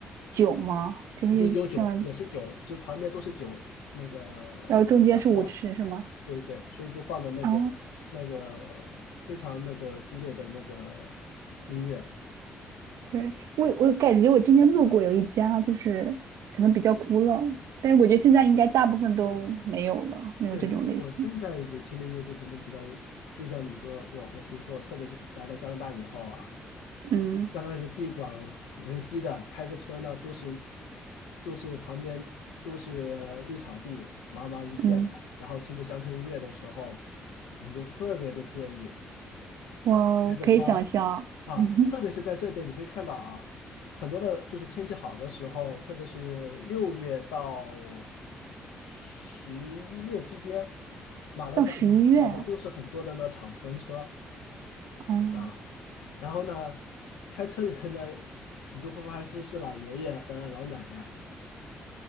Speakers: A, on the right; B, on the left.
A: 酒吗？就是像，
B: 有有酒也是酒，就旁边都是酒那个卡座，
A: 然后中间是舞池是吗？
B: 对对对，所以就放的那个那个非常那个激烈的那个
A: 啊，
B: 音乐。
A: 对，我我感觉我之前路过有一家，就是可能比较古老，但是我觉得现在应该大部分都没有了，没有这种类型。
B: 对，我现在比如听的音乐就肯定比较，就像你说，我我比如说我特别是来到加拿大以后啊，
A: 嗯
B: 加拿大也地广人稀的，开个车呢都是都是旁边都是绿草地，茫茫一片的，
A: 嗯，
B: 然后听着乡村音乐的时候，你就特别的惬意。
A: 我可以想象，
B: 啊，开着窗啊，
A: <laughs>
B: 特别是在这边你会看到啊，很多的就是天气好的时候，特别是六月到十一月之间，马路上跑的都是很多的那敞篷车
A: 到十一月。哦，
B: 啊，然后呢，开车的人呢，你就会发现是老爷爷和老奶奶